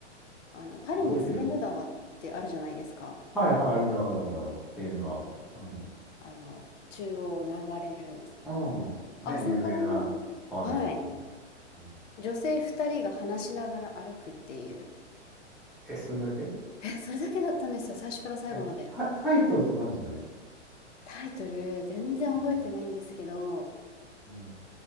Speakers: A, on the left (about 85°); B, in the centre.
A: あのパリにセーヌ川ってあるじゃないですか。
B: 覚えてるはい、はい、あるあるあるある。セーヌがある。うん。
A: あの、中央を流れる。
B: うん。
A: あそこを、
B: ね、有名な川だよね。
A: はい、
B: うんうん
A: 女性2人が話しながら歩くっていう、
B: え、それだけ
A: え、それだけだったんですよ、最初から最後まで。
B: え、タ、タイトルとかあるのそれ。
A: タイトル、全然覚えてないんですけど、
B: うん。うん。